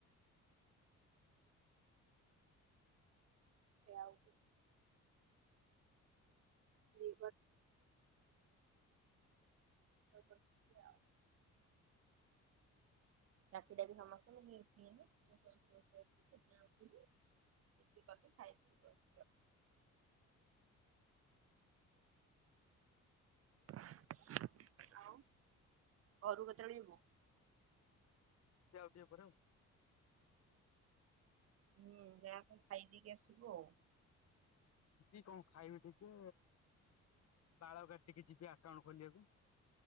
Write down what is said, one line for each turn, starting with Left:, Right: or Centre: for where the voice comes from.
Right: ସେ ଆଉ ସେଇ <unintelligible> ଡାକି ଡାକି ସମସ୍ତଙ୍କୁ <unintelligible> <unintelligible> ଆଉ ଘରୁ କେତେବେଳେ ଯିବୁ?
Left: ଆଉ <unintelligible>
Right: ହୁଁ ଯାହାକ ଖାଇଦେଇକି ଆସିବୁ ଆଉ।
Left: ଯିବି କଣ ଖାଇବି ଟିକେ ବାଳ କ ଟିକେ ଯିବି ଆକାଉଣ୍ଟ ଖୋଲିବାକୁ।